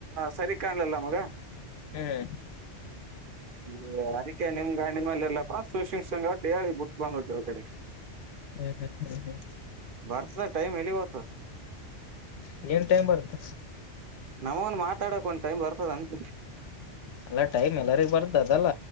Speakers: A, on the right; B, on the left.
A: ಸರಿ ಕಾಣಲಿಲ್ಲ ಮಗ
B: ಹ್ಮ್
A: ಈ ಅದಕ್ಕೆ ನಿಮಗೆ ಮೇಲೆ ಎಲ್ಲಪ್ಪಾ ಸುಶಿಂಗಟ್ಟಿ ಹೇಳಿ ಬಿಟ್ಟು ಬಂದ್ಬಟ್ಟವಿ ಕಡೆ
B: ಹ್ಮ್ ಹ್ಮ್ ಹ್ಮ್
A: ಬರ್ತದ ಟೈಮ್ ಎಲ್ಲಿಗ್ ಹೋತದ
B: ಹ್ಮ್ ಏನ್ ಟೈಮ್ ಬರ್ತ್ತ
A: ನಮ್ ಮಾತಾಡಕ ಒಂದು ಟೈಮ್ ಬರ್ತದಂತ
B: ಅಲ್ಲ ಟೈಮ್ ಎಲ್ಲರಿಗ್ ಬರ್ದ ಅದಲ್ಲ